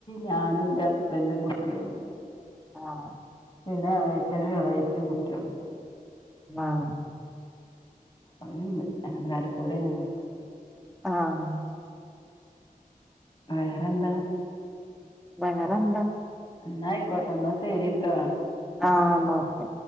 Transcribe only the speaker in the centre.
ആഹ
ആഹ ശരി
ആഹ
വേറെന്താ
ആഹ ഒക്കെ